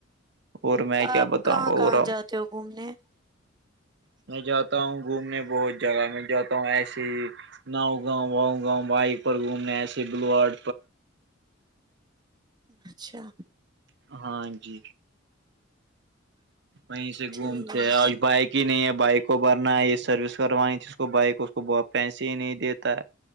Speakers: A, on the right (about 55°); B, on the right (about 20°).
A: اور میں کیا
B: آپ
A: بتاؤں
B: کہاں
A: گا
B: کہاں
A: اور
B: جاتے جو گھومنے
A: میں جاتا ہوں گھومنے بہت جگہ میں جاتا ہوں ایسے ہی ناؤ گاؤں واؤ گاؤں بائک پر گھومنے ایس بلوڈ
B: اچھا
A: ہاں جی وہیں سے
B: ٹھیک
A: گھومتے
B: ہوں
A: ہیں اور بائک کہ نہیں ہے بائک کو بھرنا ہے یہ سروس کروانی تھی اس کو بائک اس کو ب پیسے ہی نہیں دیتا